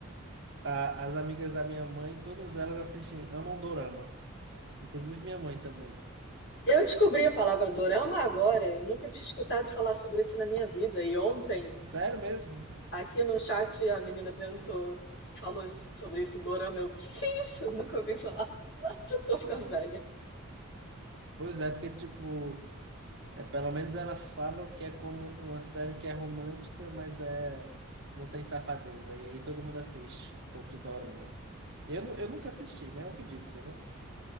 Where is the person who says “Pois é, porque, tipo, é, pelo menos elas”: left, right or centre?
Right